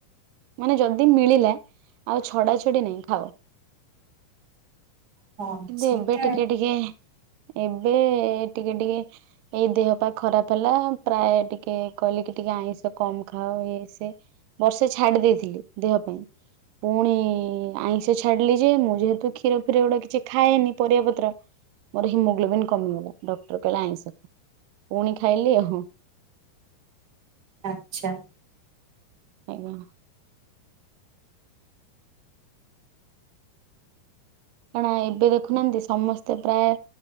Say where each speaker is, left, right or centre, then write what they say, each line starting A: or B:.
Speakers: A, on the right; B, on the right.
A: ମାନେ ଯଦି ମିଳିଲା ଆଉ ଛଡା ଛଡି ନାଇଁ ଖାଅ।
B: ହଁ
A: କିନ୍ତୁ
B: ସେଇଟା
A: ଏବେ ଟିକେ ଟିକେ ଏବେ ଟିକେ ଟିକେ ଏଇ ଦେହ ପା ଖରାପ ହେଲା ପ୍ରାୟେ ଟିକେ କହିଲେ କି ଟିକେ ଆଇଁଷ କମ ଖାଅ ଇଏ ସିଏ ବର୍ଷେ ଛାଡି ଦେଇଥିଲି ଦେହ ପାଇଁ। ପୁଣି ଆଇଁଷ ଛାଡିଲି ଯେ ମୁଁ ଯେହେତୁ କ୍ଷୀର ଫିର ଏଗୁଡା କିଛି ଖାଏନି ପରିବା ପତ୍ର ମୋର ହିମୋଗ୍ଲୋବିନ୍ କମିଗଲା ଡକ୍ଟର କହିଲା ଆଇଁଷ ଖାଅ ପୁଣି ଖାଇଲି ଆଉ।
B: ଆଚ୍ଛା।
A: ଆଜ୍ଞା। କଣ ଏବେ ଦେଖୁନାହାନ୍ତି ସମସ୍ତେ ପ୍ରାୟ